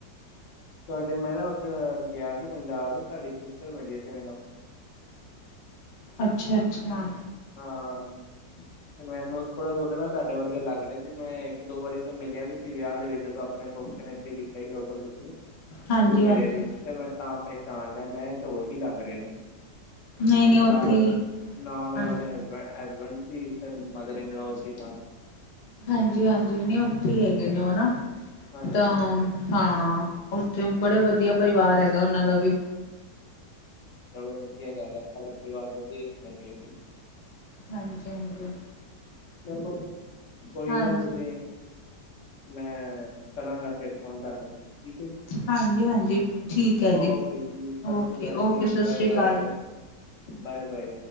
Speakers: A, on the left (about 55°); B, on the left (about 90°).
A: ਤਾਡੇ ਮੈਂ ਨਾ ਔਥੇ ਗਿਆ ਸੀ ਪੰਜਾਬ ਤਾਡੀ ਸਿਸਟਰ ਮਿਲੀ ਸੀ ਮੈਨੂੰ
B: ਅੱਛਾ- ਅੱਛਾ।
A: ਹਾਂ। ਤੇ ਮੈਨੂੰ ਥੋੜਾ ਬੋਤਾ ਨਾ ਤਾਡੇ ਵਰਗੇ ਲੱਗ ਰੇ ਸੀ ਜਿਵੇਂ ਇੱਕ ਦੋ ਵਾਰੀ ਤੇ ਮਿਲਿਆ ਵੀ ਸੀ ਵਿਆਹ ਦੇ ਵਿੱਚ ਜਦ ਅਪ ਅਪਣੇ ਫੰਕਸ਼ਨ ਇੱਥੇ ਕੀਤਾ ਸੀ ਲੋਕਲ ਤੁਸੀਂ,
B: ਹਾਂਜੀ
A: ਔਦੋਂ ਮਿਲਿਆ
B: ਹਾਂਜੀ
A: ਸੀ ਤੇ ਮੈਂ ਤਾਂ ਪਹਿਚਾਣ ਲੈ ਮੈਂ ਤੇ ਔਹੀ ਲੱਗ ਰੇ ਨੇ
B: ਨਹੀਂ ਨਹੀਂ ਉੱਥੇ
A: ਨਾਲ,
B: ਹੀ
A: ਨਾਲ ਔਨਾਂ
B: ਹਾਂਜੀ
A: ਹਸਬੈਂ ਹਸਬੈਂਡ ਸੀ ਤੇ ਮਦਰ ਇਨਲੋਓ ਸੀ ਨਾਲ।
B: ਹਾਂਜੀ -ਹਾਂਜੀ ਨੀ ਔਥੇ ਈ ਹੈਗੇ ਨੇ ਔ ਨਾ
A: ਹਾਂਜੀ।
B: ਤਾਂ- ਹਾਂ ਔਥੇ ਬੜੇ ਵਧੀਆ ਪਰਿਵਾਰ ਹੈਗਾ ਔਨਾਂ ਦਾ ਵੀ
A: ਚਲੋ ਵਧੀਆ ਗੱਲ ਐ, ਸਾਰਾ ਪਰਿਵਾਰ ਵਧੀਆਣੇ ਚਾਈਦੈ।
B: ਹਾਂਜੀ- ਹਾਂਜੀ।
A: ਚਲੋ, ਕੋਈ
B: ਹਾਂਜੀ
A: ਨਾ ਤੁਸੀਂ, ਮੈਂ ਕਰਾਂਗਾ ਫੇਰ ਫੋਨ ਤਾਨੂੰ ਠੀਕੇ ਜੀ,
B: ਹਾਂਜੀ ਹਾਂਜੀ ਠੀਕ ਹੈ
A: ਔਕੇ
B: ਜੀ
A: ਜੀ ਸਾਸਰੀ
B: ਓਕੇ
A: ਕਾਲ
B: ਓਕੇ
A: ਜੀ
B: ਸਤਿ
A: ਬਾਏ-
B: ਸ਼੍ਰੀ ਅਕਾਲ
A: ਬਾਏ। ਬਾਏ- ਬਾਏ।